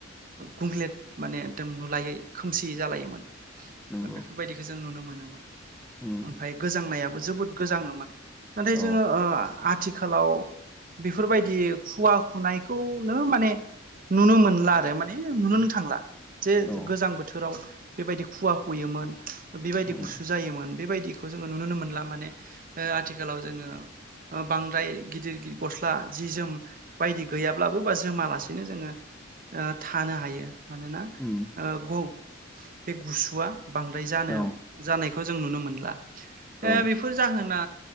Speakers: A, on the right (about 45°); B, in the centre.
A: गुंग्लेट माने एकदम नुलायै खोमसियै जालायोमोन
B: नंगौ
A: बेफोरबायदिखो जों नुनो मोनोमोन
B: उम
A: ओमफाय गोजांनायाबो जोबोद गोजाङोमोन। नाथाय
B: औ
A: जोङो आथिखालाव बेफोरबायदि खुवा खुनायखौनो माने नुनो मोनला आरो माने नुनो थांला जे
B: औ
A: गोजां बोथोराव बेबायदि खुवा खुयोमोन बेबायदि
B: उम
A: गुसु जायोमोन बेबायदिखौ जोङो नुोननो मोनला माने आथिखालाव जोङो बांद्राय गिदिर गिदिर गस्ला जि जोम बायदि गैयाब्लाबो बा जोमालासेनो जोङो थानो हायो मानोना
B: उम
A: ओ ग बे गुसुआ बांद्राय जानो
B: औ
A: जानायखौ जों नुनो मोनला
B: औ
A: बेफोर जाहोना